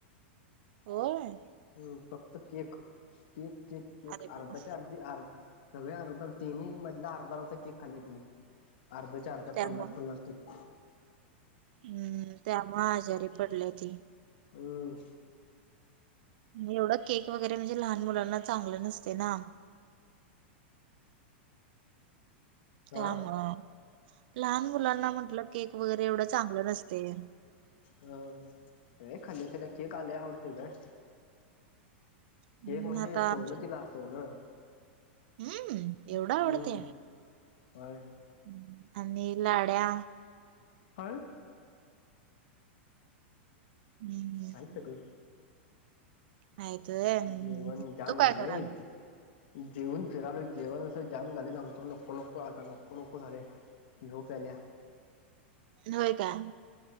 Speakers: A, on the right (about 50°); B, on the left (about 55°).
A: होय.
B: ह फक्त केक केक केक केक
A: अरे बाबा
B: अर्ध्याच्या अर्धी अर् सगळे अर्ध तीन मधला अर्धा रता केक खाल्त अर्ध्याच्या अर्ध्या
A: त्यामुळं
B: पन्नास पन्नास टक्के
A: हम्म त्यामुळे आजारी पडले ती
B: हम्म
A: एवढं केक वगैरे म्हणजे लहान मुलांना चांगलं नसते ना त्या
B: हा
A: मूळे लहान मुलांना म्हंटलं केक वगैरे एवढं चांगलं नसतय.
B: हं हं लाय खाल्ली तीन केक लय आवडतोय गं.
A: हम्म,
B: केक म्हणजे
A: आता
B: सोनं
A: आमच्या
B: तिला सोनं.
A: हम्म. एवढं आवडते
B: हम्म व्हय.
A: हम्म, आणि लाड्या.
B: हाय.
A: हम्म,
B: हैत सगळी.
A: आहेत होय. हम्म,
B: जेवण
A: हम्म.
B: जाम
A: तू काय
B: झालय.
A: करायला
B: जेवून फिरालोय जेवण अस जाम झालय सांगतो नको नको आता नको नको झालय. झोप येल्या.
A: होय काय.